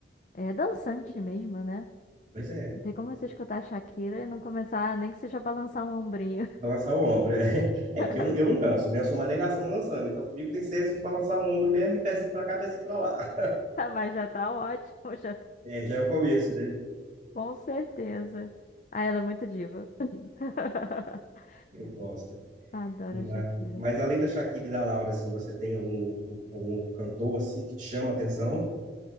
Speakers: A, on the left; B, on the right.
A: é, dançante mesmo, né?
B: Pois é,
A: Não tem como você escutar a Shakira e não começar, nem que seja a balançar um ombrinho.
B: balançar o ombro. É, <laughs> é
A: <laughs>
B: porque eu, eu não danço, né? Eu sou uma negação dançando. Então comigo tem senso de balançar o ombro mesmo e pezinho pra cá, pezinho pra lá. <laughs>
A: Mas já tá ótimo, já tá
B: É, já é o começo, né?
A: Com certeza. Ah, ela é muito diva. <laughs>
B: Eu gosto.
A: Adoro
B: Mas,
A: Shakira.
B: mas além da Shakira e da Laura, assim, você tem algum outro, algum cantor assim que te chama a atenção?